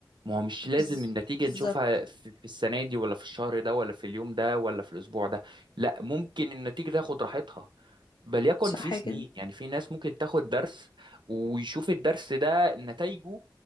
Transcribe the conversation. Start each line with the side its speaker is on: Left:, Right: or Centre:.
Right: ما هو مش لازم
Left: بز-
Right: النتيجة
Left: بالظبط
Right: نشوفها في في السنة دي ولا في الشهر ده ولا في اليوم ده ولا في الأسبوع ده لا ممكن النتيجة تاخد راحتها بل يكن
Left: صح
Right: في سنين
Left: كده
Right: يعني في ناس ممكن تاخد درس ويشوف الدرس ده نتائجه